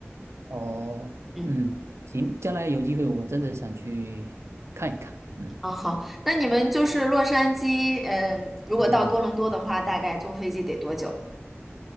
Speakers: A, on the right (about 70°); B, in the centre.
A: 哦，
B: 嗯，
A: 嗯，行，将来有机会我真的想去看一看。嗯。
B: 啊好，那你们就是洛杉矶，嗯，如果到多伦多的话，
A: 嗯。
B: 大概坐飞机得多久？